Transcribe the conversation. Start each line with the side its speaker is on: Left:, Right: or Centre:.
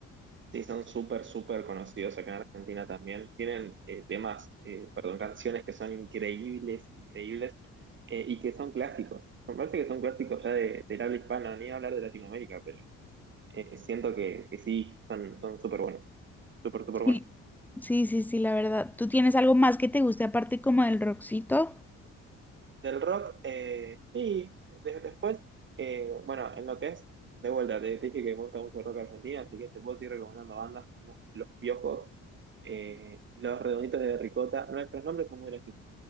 Right: sí, son súper, súper conocidos acá en Argentina también. Tienen eh, temas, eh, perdón, canciones que son increíbles, increíbles, eh, y que son clásicos. Me parece que son clásicos ya de, del habla hispana, ni hablar de Latinoamérica, pero eh, siento que, que sí, son, son súper buenos, súper, súper buenos.
Centre: Sí, sí, sí, sí, la verdad. ¿Tú tienes algo más que te guste aparte como del rockcito?
Right: Del rock, eh, sí, de- después, eh, bueno, en lo que es, de vuelta, te te dije que me gusta mucho el rock argentino, así que te puedo seguir recomendando bandas como Los Piojos, eh, Los Redonditos de Ricota, nuestros nombres son muy graciosos.